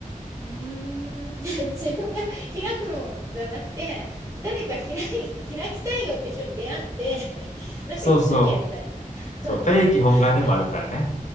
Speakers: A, on the right; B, on the left.
A: うーん <laughs> 自分が開くのじゃなくて、誰か開い、開きたいよって人に出会って、<laughs> なんか一緒にやりたいんだ。
B: そうそう。そう、
A: <laughs>
B: 他力本願でもあるからね。
A: な